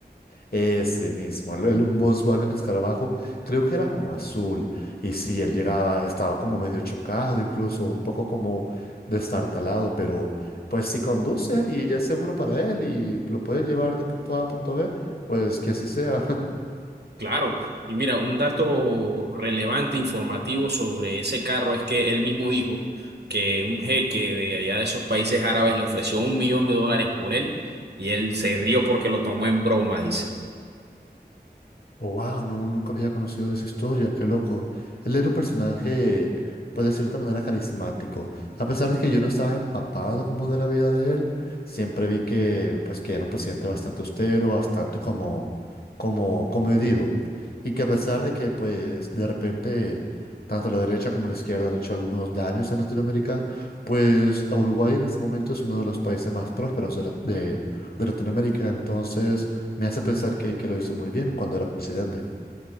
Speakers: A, on the left; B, on the right.
A: Ese mismo, el, el- un Volkswagen escarabajo, creo que era como azul. Y sí, él llegaba, estaba como medio chocado, incluso un poco como destartalado, pero pues si conduce y es seguro para él y lo puede llevar de punto A a punto B, pues que así sea. <laughs>
B: Claro, y mira, un dato relevante, informativo sobre ese carro es que él mismo dijo que un jeque de allá de esos países árabes le ofreció un millón de dólares por él y él se rió porque lo tomó en broma, dice.
A: Oh, wow, no, nunca había conocido de esa historia, qué loco. Él era un personaje, pues de cierta manera carismático. A pesar de que yo no estaba empapado como de la vida de él, siempre vi que, pues, que era un presidente bastante austero, bastante como, como comedido. Y que a pesar de que, pues, de repente, tanto la derecha como la izquierda han hecho algunos daños en Latinoamérica, pues Uruguay en este momento es uno de los países más prósperos de, la- de de Latinoamérica, entonces me hace pensar que, que lo hizo muy bien cuando era presidente.